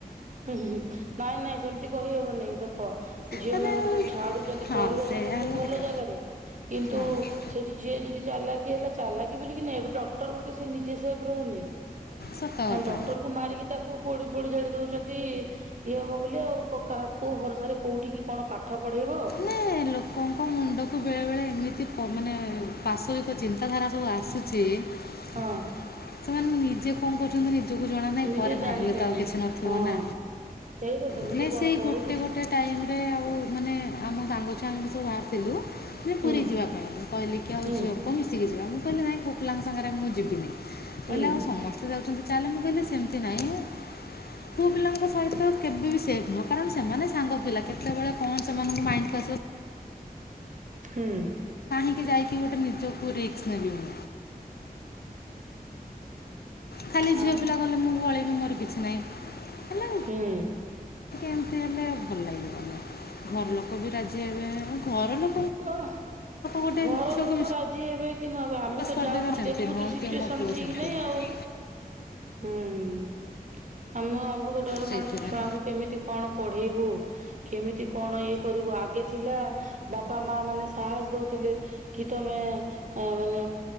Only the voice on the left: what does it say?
ମାନେ
ହଁ
ସେଇଆ
ହେଲା
ଟିକେ
ହଁ
ସତ
କଥା
ନା ଲୋକଙ୍କ ମୁଣ୍ଡକୁ ବେଳେ ବେଳେ ଏମିତି ମାନେ ପାସ ଚନ୍ତାଧାରା ସବୁ ଆସୁଛି ସେମାନେ
ନିଜେ କଣ କରୁଛନ୍ତି ନିଜକୁ ଜଣା ନାହିଁ
ପରେ
ଭାବିଲେ
ତ ଆଉ କିଛି ନଥିବ
ନା
ମାନ
ସେଇ
ଗୋଟେ ଗୋଟେ ଟାଇମରେ ଆଉ ମାନେ ଆମ ସାଙ୍ଗ ଛୁଆଙ୍କ ସବୁ ବହାଘର ଥିଲୁ ମାନେ
ପୁରୀ ଯିବା ପାଇଁ କହିଲେ କି ଆଉ
ଝିଅ ପୁଅ ମିଶିକି ଯିବେ। ମୁଁ କହିଲି ନାଇଁ ମୁଁ ପୁଅ ପିଲାଙ୍କ ସାଙ୍ଗରେ ଯିବିନି
କହିଲା ଆଉ ସମସ୍ତେ ଯାଉଛନ୍ତି ଚାଲେ ମୁଁ କହିଲେ ସେମିତି ନାହିଁ। ପୁଅ ପିଲାଙ୍କ ସହିତ କେବେ ବି ସେଫ୍ ନୁହଁ କାରଣ ସେମାନେ ସାଙ୍ଗ ପିଲା କେତେବେଳେ କଣ <unintelligible>
<unintelligible> ଏଠ ଗୋଟେ ନିଜକୁ ରେକ୍ସ ନେବି ମୁଁ। ଖାଲି
ଝିଅ ପିଲା କଲେ ମୁଁ ପ ବି। ତୁମର କିଛି ନାଇଁ। ହେଲେ
ଏମିତି ହେଲେ ଭଲ ଲାଗିବନି। ଘର ଲୋକ ବି ରାଜି ହେବେଘର ଲୋକ
ଗୋଟେ
ଛୁଆକୁ
ବିଶ୍ୱାସ
ବିଶ୍ୱାସ
କରିଦେବେ
ସେମିତି
ନୁହଁ
କି ମୋ ପୁଅ
ସେମିତି
ନୁହଁ
ସେଇଥିପାଇଁ।